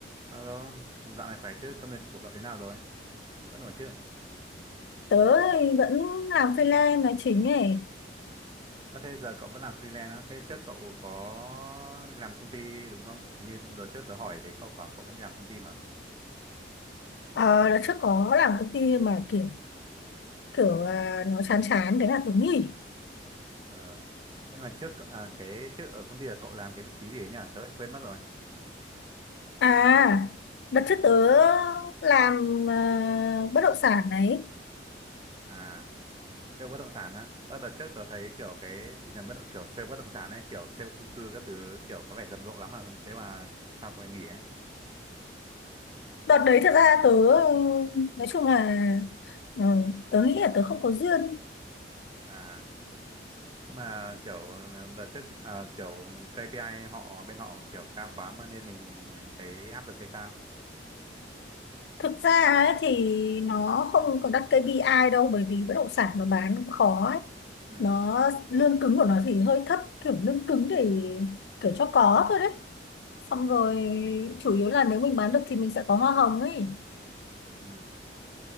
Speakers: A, on the right; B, on the left.
A: Alo, dạo này khỏe chứ? Công việc của cậu thế nào rồi? Vẫn ổn chứ?
B: tớ thì vẫn làm freelance là chính ấy
A: Ờ thế giờ cậu vẫn làm freelance á? Thế trước cậu có làm công ty đúng không? Hình như đợt trước tớ hỏi thấy cậu bảo cậu vẫn đi làm công ty mà.
B: ờ đợt trước có làm công ty mà kiểu kiểu à, nó chán chán thế là tớ nghỉ
A: Ờ. Nhưng mà trước à, cái trước ở công ty là cậu làm cái vị trí gì ấy nhỉ? Tớ lại quên mất rồi.
B: à đợt trước tớ làm à, bất động sản đấy
A: À, sale bất động sản hả? Ờ đợt trước tớ thấy kiểu cái thị trường bất động kiểu sale bất động sản ấy, kiểu sale chung cư các thứ kiểu có vẻ rầm rộ lắm mà thế mà sao cậu lại nghỉ ấy?
B: đợt đấy thật ra tớ ừ, nói chung là ừ, tớ nghĩ là tớ không có duyên
A: À. nhưng mà kiểu đợt trước à, kiểu KPI họ bên họ kiểu cao quá mà nên mình thấy áp lực hay sao
B: thực ra ấy, thì nó không có đặt kây pi ai đâu bởi vì bất động sản nó bán cũng khó ấy
A: ừ
B: nó lương cứng của nó thì hơi thấp kiểu lương cứng thì kiểu cho có thôi đấy xong rồi chủ yếu là nếu mình bán được thì mình sẽ có hoa hồng ấy
A: ừ